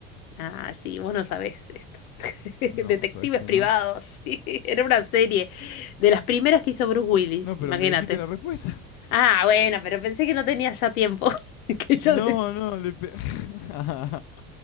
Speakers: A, on the left; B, on the left.
A: Ah, sí, vos no sabés esto. <laughs>
B: No,
A: Detectives
B: ¿sabes que
A: privados,
B: no?
A: sí. Era una serie de las primeras que hizo Bruce Willis,
B: No, pero
A: imagínate.
B: me dijiste la respuesta. <laughs>
A: Ah, bueno, pero pensé que no tenía ya tiempo. <laughs> Que yo
B: No, no, le pe- <laughs>